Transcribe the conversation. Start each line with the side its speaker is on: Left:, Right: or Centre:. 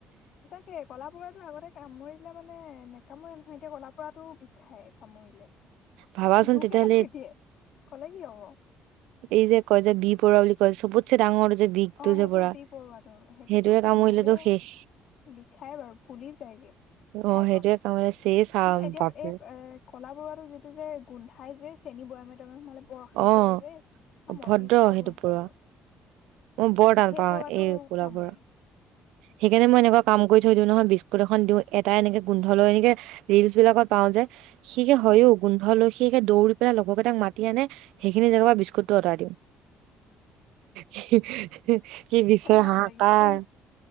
Left: সেই কলা পৰাটো আগতে কামুৰিলে মানে নেকামুৰে নহয়, এতিয়া ক'লা পৰাটো বিষায় কামুৰিলে।
Right: ভাবাচোন
Left: জোৰকে
Right: তেতিয়াহ'লে
Left: কামুৰি দিয়ে, কলে কি হব।
Right: এই যে কয় যে বি পৰুৱা বুলি কয় চবতছে ডাঙৰ যে বিগটো
Left: অ সেইটো
Right: যে পৰুৱা,
Left: বি পৰুৱাটো সেইটোতো
Right: সেইটোৱে
Left: কামুৰিলে
Right: কামুৰিলেতো শেষ।
Left: বিষাই বাৰু ফুলি যায়গে ঠাইকন
Right: অ সেইটোৱে কামুৰিলে চেছ
Left: কিন্তু
Right: আও
Left: এতিয়া
Right: বাপৰে!
Left: এই এ কলা পৰুৱাটো যিটো যে গোন্ধাই যে চেনি বয়ামে তয়ামে সোমালে বৰ অশান্তি
Right: অ
Left: লাগে যে, একম
Right: অভদ্ৰ
Left: অতিষ্ঠ
Right: সেইটো
Left: গোন্ধ
Right: পৰুৱা
Left: এইটোৰ।
Right: মই বৰ টান
Left: সেই
Right: পাওঁ
Left: পৰুৱাটো
Right: এই ক'লা
Left: কামোৰে।
Right: পৰুৱা সেইকাৰণে মই এনেকুৱা কাম কৰি থৈ দিওঁ, নহয় বিস্কুট এখন দিওঁ এটা এনেকে গোন্ধ লৈ এনেকে ৰিলচ বিলাকত পাওঁ যে, সি হে
Left: হয়
Right: হয়ও গোন্ধ লৈ সি হে দৌৰি পেলাই লগৰকেইটাক মাতি আনে, সেইখিনি জেগাৰ পৰা বিস্কুটো আতাই দিওঁ। সি বিচাৰি
Left: হাও
Right: হাহাকাৰ।
Left: লাগিব দেই